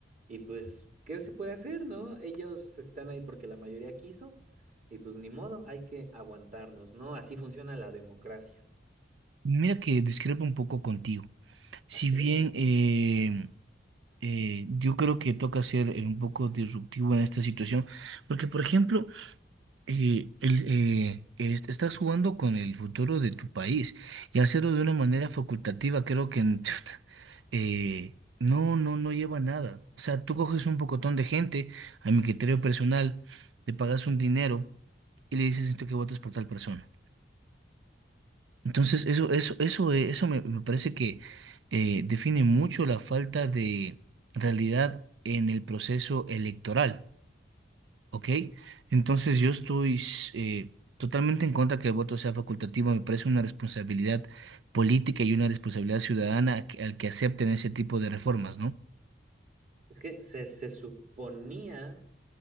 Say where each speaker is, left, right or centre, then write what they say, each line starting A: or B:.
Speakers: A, on the right; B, on the right.
A: y pues, ¿qué se puede hacer, no? Ellos están ahí porque la mayoría quiso y pues ni modo, hay que aguantarnos, ¿no? Así funciona la democracia,
B: Mira que discrepo un poco contigo. Si
A: así.
B: bien eh, eh, yo creo que toca ser eh, un poco disruptivo en esta situación, porque por ejemplo, eh, el, eh, est- estás jugando con el futuro de tu país y hacerlo de una manera facultativa, creo que n- <laughs> eh, no, no, no lleva nada. O sea, tú coges un pocotón de gente, a mi criterio personal, le pagas un dinero y le dices esto que votes por tal persona. Entonces, eso, eso, eso, eh, eso me, me parece que eh, define mucho la falta de realidad en el proceso electoral. ¿ok? Entonces yo estoy eh, totalmente en contra que el voto sea facultativo. Me parece una responsabilidad política y una responsabilidad ciudadana a que- al que acepten ese tipo de reformas, ¿no?
A: Es que se, se suponía